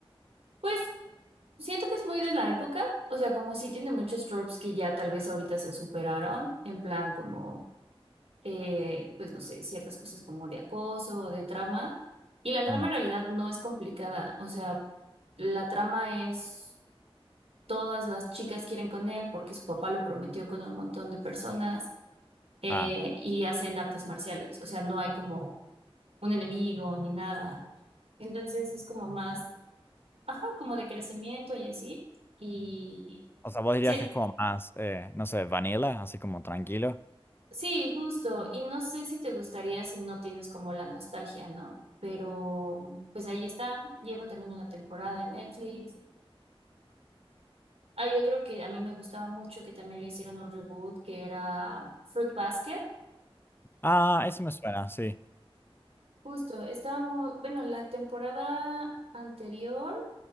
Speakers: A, on the right; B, on the left.
A: Pues siento que es muy de la época, o sea, como sí tiene muchos tropes que ya tal vez ahorita se superaron, en plan como, eh, pues no sé, ciertas cosas como de acoso o de trama. Y la trama
B: Mm.
A: en realidad no es complicada, o sea, la trama es todas las chicas quieren con él porque su papá lo prometió con un montón de personas eh,
B: Ah,
A: y hacen artes marciales, o sea, no hay como un enemigo ni nada. Entonces es como más, ajá, como de crecimiento y así. Y
B: o sea, vos dirías
A: sí,
B: que es como más, eh, no sé, vanilla, así como tranquilo.
A: sí, justo. Y no sé si te gustaría si no tienes como la nostalgia, ¿no? Pero pues ahí está. Llevo también una temporada en Netflix. Hay otro que a mí me gustaba mucho que también le hicieron un reboot que era Fruit Basket.
B: Ah, ese me suena, sí.
A: Justo, estaba muy, bueno, la temporada anterior.